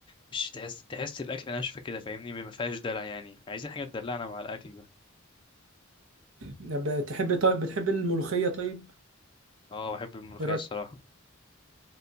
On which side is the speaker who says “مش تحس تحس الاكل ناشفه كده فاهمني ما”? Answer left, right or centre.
Left